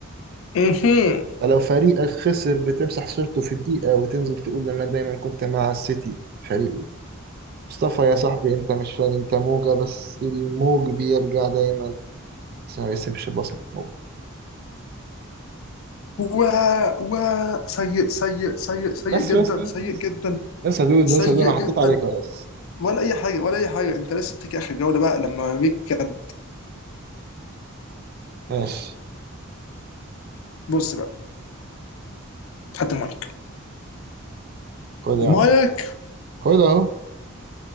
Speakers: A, on the left; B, on the right.
A: مهم.
B: فلو فريقك خسر بتمسح صورته في دقيقة وتنزل تقول أنا دايما كنت مع السيتي فريقه مصطفى يا صاحبي أنت مش فان أنت موجة بس الموج بيرجع دايما بس ما يسيبش بصمة موج
A: و و سيء سيء سيء سيء
B: بس
A: جدا
B: بس بس
A: سيء
B: بس
A: جدا
B: بس يا دود
A: سيء
B: بس يا دود أنا
A: جدا
B: حطيت عليك خلاص
A: ولا اي حاجه ولا اي حاجه انت لسه تيجي اخر جوله بقى لما اوريك كده
B: ماشي
A: بص بقى خدت مايك
B: خد يا
A: مايك
B: عم خد أهو